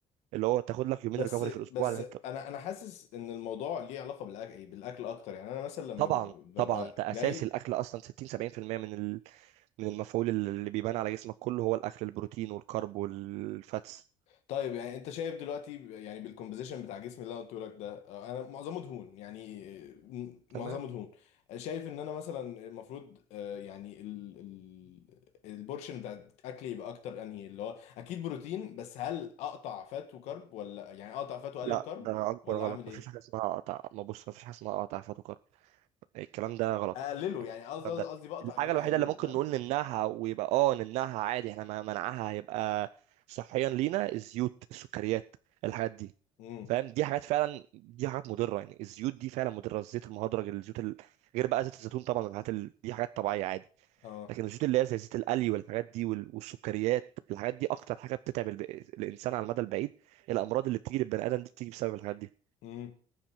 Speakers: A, on the right; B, on the left.
A: اللي هو تاخد لك
B: بس
A: يومين ريكفري في الاسبوع
B: بس
A: لان
B: انا
A: انت
B: انا حاسس ان الموضوع ليه علاقه بالاكل بالاكل اكتر يعني انا مثلا لما
A: طبعا
B: ب- ب-
A: طبعا
B: ببقى
A: ده
B: جاي
A: اساس الاكل اصلا 60 70% من ال... من المفعول اللي بيبان على جسمك كله هو الاكل البروتين والكرب والفاتس
B: طيب يعني انت شايف دلوقتي يعني بالكومبوزيشن بتاع جسمي اللي انا قلته لك ده اه، انا معظمه دهون يعني اه،
A: تمام
B: معظمه دهون شايف ان انا مثلا المفروض اه، يعني ال ال البورشن بتاع اكلي يبقى اكتر انهي اللي هو اكيد بروتين بس هل اقطع فات وكرب ولا يعني اقطع فات واقلل
A: لا
B: كرب
A: ده اكبر
B: ولا
A: غلط
B: اعمل ايه
A: مفيش حاجه اسمها قطع ما بص مفيش حاجه اسمها قطع فاتو كرب الكلام ده غلط
B: اقلله يعني قصدي
A: الكلام ده
B: قصدي بقطع
A: الحاجه
B: ان انا
A: الوحيده
B: اقلله
A: اللي ممكن
B: فاهم
A: نقول نمنعها ويبقى اه نمنعها عادي احنا ما- منعها هيبقى صحيا لينا الزيوت السكريات الحاجات دي
B: امم
A: فاهم دي حاجات فعلا دي حاجات مضره يعني الزيوت دي فعلا مضره الزيت المهدرج الزيوت ال... غير بقى زيت الزيتون طبعا والحاجات ال... دي حاجات طبيعيه عادي
B: اه
A: لكن الزيوت اللي هي زي زيت القلي والحاجات دي وال... والسكريات الحاجات دي اكتر حاجه بتتعب الب... الانسان على المدى البعيد الامراض اللي بتيجي للبني ادم دي بتيجي بسبب الحاجات دي
B: امم